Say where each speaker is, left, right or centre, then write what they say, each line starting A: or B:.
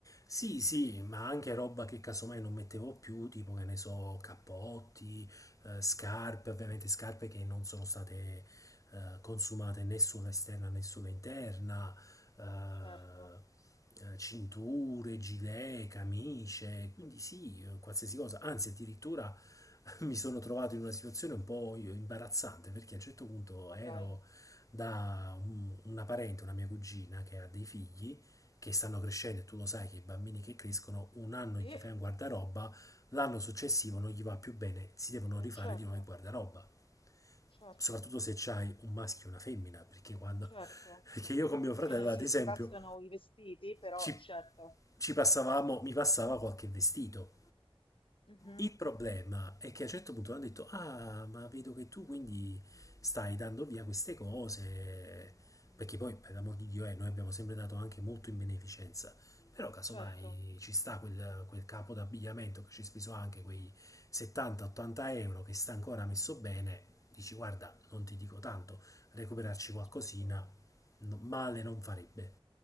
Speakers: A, on the left (about 35°); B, on the left (about 70°).
A: Sì, sì, ma anche roba che casomai non mettevo più, tipo che ne so, cappotti, eh, scarpe, ovviamente scarpe che non sono state eh, consumate né sulla esterna né sulla interna, eh,
B: Certo,
A: eh, cinture, gilet, camicie, quindi sì, eh, qualsiasi cosa. Anzi, addirittura <laughs> mi sono trovato in una situazione un po' io- imbarazzante perché a un certo punto
B: ma
A: ero
B: dai.
A: da un- una parente, una mia cugina che ha dei figli che stanno crescendo e tu lo sai che i bambini che crescono un anno
B: E,
A: gli fai un guardaroba, l'anno successivo non gli va più bene, si devono
B: e
A: rifare
B: certo,
A: di nuovo il guardaroba.
B: certo,
A: Soprattutto se c'hai un maschio e una femmina, perché quando
B: certo.
A: <laughs> perché io con mio
B: In
A: fratello,
B: genere
A: ad
B: sì,
A: esempio,
B: si passano i vestiti, però
A: ci,
B: certo.
A: ci passavamo, mi passava qualche vestito
B: Mhm,
A: Il problema è che a un certo punto hanno detto: Ah, ma vedo che tu quindi stai dando via queste cose. Perché poi, per l'amor di Dio, eh, noi abbiamo sempre dato anche molto in beneficenza. Però, casomai
B: Certo,
A: ci sta quel, quel capo d'abbigliamento che ci ha speso anche quei 70-80 euro che sta ancora messo bene. Dici, guarda, non ti dico tanto, recuperarci qualcosina
B: certo,
A: no- male non farebbe.